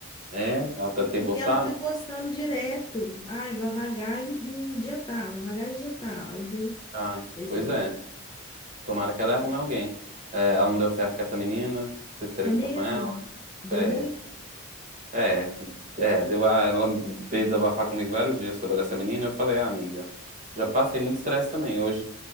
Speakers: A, on the right (about 35°); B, on the left (about 20°).
A: é, ela tá, tem
B: Porque
A: postado?
B: ela tá postando direto. Ai, vai vagar em em dia tal, vai vagar em dia tal. Aí eu vejo.
A: Ah,
B: Não sei
A: pois
B: se é pra-
A: é. Tomara que ela arrume alguém. É, ela não deu certo com essa menina, se estressou
B: É mesmo?
A: com ela.
B: Deu
A: é,
B: ruim?
A: É, é, deu a, ela veio desabafar comigo vários dias sobre essa menina. Eu falei, ah, amiga, já passei muito estresse também. Hoje,